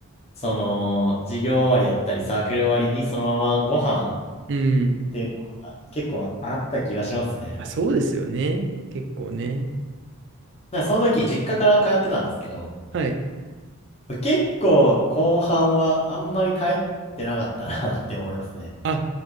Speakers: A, on the left; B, on the right.
A: その、授業終わりだったり、サークル終わりにそのままご飯っ
B: うん。
A: ていうのは結構あった気がしますね。
B: まあ、そうですよね。結構ね。
A: なんかその時、実家から通ってたんですけど、
B: はい。
A: 結構後半はあんまり帰ってなかったな <laughs> って思いますね。
B: あ、
A: <laughs>